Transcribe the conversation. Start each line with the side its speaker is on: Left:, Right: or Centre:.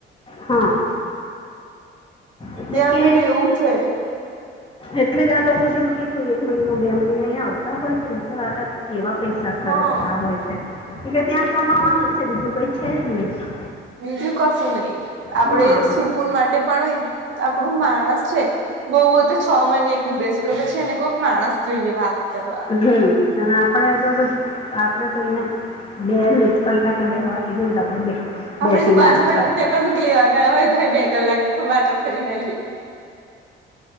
Left: હા. એટલે
Right: ત્યાં
Left: કે
Right: આગળ એવું છે
Left: એટલે જ આ લોકો જે ક એક મહિનો બે મહિનો અયા આવતા હોય છેને તો આ કેવા પૈસા ખર્ચ
Right: હા
Left: ના હોય છે, એટલે ત્યાં કમાવાનું
Right: હમ.
Left: જ છે બીજું કઈ છે જ નહી.
Right: બીજું કશું નહી, આપડે
Left: હા
Right: સુકૂન માટે પણ આપણું માણસ છે, બહુ બહ તો છ મહિને એકલું રહેશે કે પછી એને કોઈક માણસ જોઈએ વાત કરવા
Left: હમ અને આપડે તો આપડે તો અને બે કલાકે બેવહા કીધું તો આપડ બેસી
Right: આપડે
Left: ના
Right: બાજવાળાને
Left: શકીયે
Right: ત્યાં કશુંક લવા ગયા હોય તોયે બે કલાક વાતો કરી ને આયે